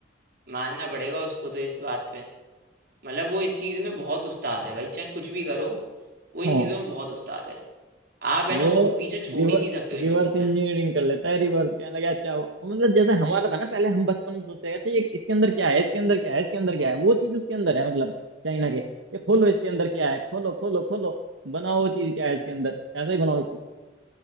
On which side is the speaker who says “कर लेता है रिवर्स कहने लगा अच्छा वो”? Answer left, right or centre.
Right